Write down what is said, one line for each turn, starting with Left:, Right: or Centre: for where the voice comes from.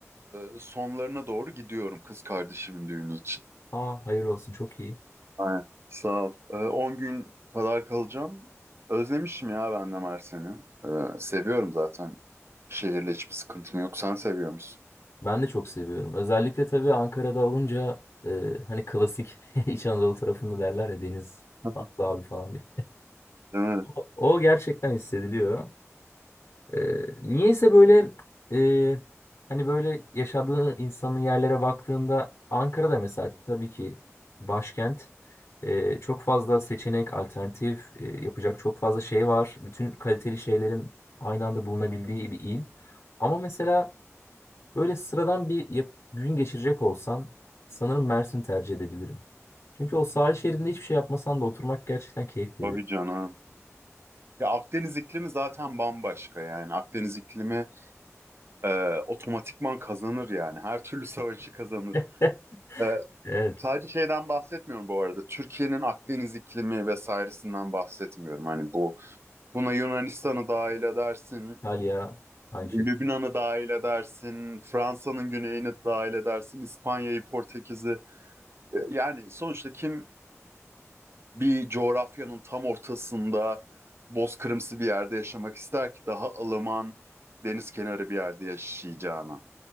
Right: e, sonlarına doğru gidiyorum kız kardeşimin düğünü için.
Left: Aa, hayır olsun çok iyi.
Right: Aynen. Sağ ol. E, 10 gün kadar kalacağım. Özlemişim ya ben de Mersin'i. E, seviyorum zaten. Şehirle hiçbir sıkıntım yok. Sen seviyor musun?
Left: Ben de çok seviyorum. Özellikle tabii Ankara'da olunca e, hani klasik <laughs> İç Anadolu tarafında derler ya deniz
Right: <laughs>
Left: farklı abi falan diye.
Right: Değil mi?
Left: O, o gerçekten hissediliyor. Ee, niyeyse böyle e, hani böyle yaşadığı insanın yerlere baktığında Ankara'da mesela tabii ki başkent Ee, çok fazla seçenek, alternatif e, yapacak çok fazla şey var. Bütün kaliteli şeylerin aynı anda bulunabildiği bir il. Ama mesela böyle sıradan bir yap- gün geçirecek olsan sanırım Mersin'i tercih edebilirim. Çünkü o sahil şeridinde hiçbir şey yapmasan da oturmak gerçekten keyif veriyor.
Right: Tabii canım. Ya Akdeniz iklimi zaten bambaşka yani. Akdeniz iklimi e, otomatikman kazanır yani. Her türlü savaşı kazanır.
Left: <laughs>
Right: E,
Left: Evet,
Right: Sadece şeyden bahsetmiyorum bu arada. Türkiye'nin Akdeniz iklimi vesairesinden bahsetmiyorum. Hani bu buna Yunanistan'ı dahil edersin,
Left: Antalya aynı şekilde.
Right: Lübnan'ı dahil edersin, Fransa'nın güneyini dahil edersin, İspanya'yı, Portekiz'i. E, Yani sonuçta kim bir coğrafyanın tam ortasında bozkırımsı bir yerde yaşamak ister ki daha ılıman deniz kenarı bir yerde yaşayacağına.